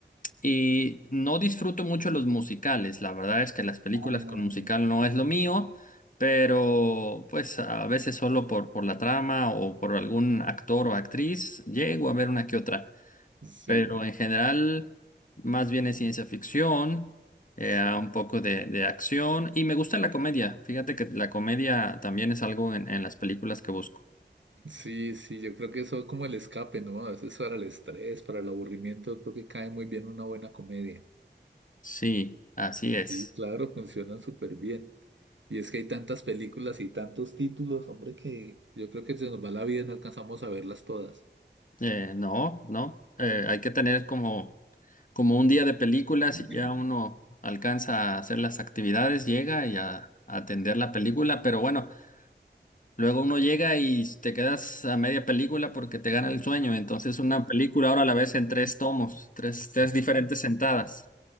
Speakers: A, on the left (about 45°); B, on the right (about 80°).
A: Y no disfruto mucho los musicales. La verdad es que las películas
B: Ah,
A: con musical no es lo mío, pero pues a veces solo por, por la trama o por algún actor o actriz llego a ver una que otra.
B: sí,
A: Pero en general, más bien es ciencia ficción, eh,
B: sí.
A: un poco de, de acción y me gusta la comedia. Fíjate que la comedia también es algo en en las películas que busco.
B: Sí, sí, yo creo que eso es como el escape, ¿no? A veces para el estrés, para el aburrimiento, creo que cae muy bien una buena comedia.
A: Sí, así es.
B: Sí, claro, <laughs> funcionan súper bien. Y es que hay tantas películas y tantos títulos, hombre, que yo creo que se nos va la vida y no alcanzamos a verlas todas.
A: Eh, no, no. Eh, hay que tener como, como un día de películas
B: <laughs>
A: y ya uno alcanza a hacer las actividades, llega y a, a atender la película, pero bueno, luego uno llega y te quedas a media película porque te gana el sueño. Entonces una película ahora la ves en tres tomos, tres, tres diferentes sentadas.